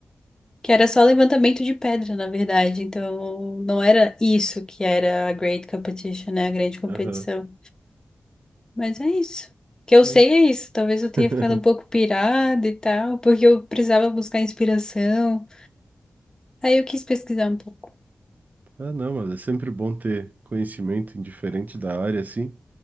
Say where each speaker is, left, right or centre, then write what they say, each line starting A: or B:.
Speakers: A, on the left (about 20°); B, on the right (about 50°).
A: Que era só levantamento de pedra, na verdade. Então, não era isso que era a Great Competition, né? A grande competição.
B: Aham.
A: Mas é isso. O que eu
B: Bom.
A: sei é isso. Talvez
B: <laughs>
A: eu tenha ficado um pouco pirada e tal, porque eu precisava buscar inspiração. Aí eu quis pesquisar um pouco.
B: Ah, não, mas é sempre bom ter conhecimento indiferente da área, assim.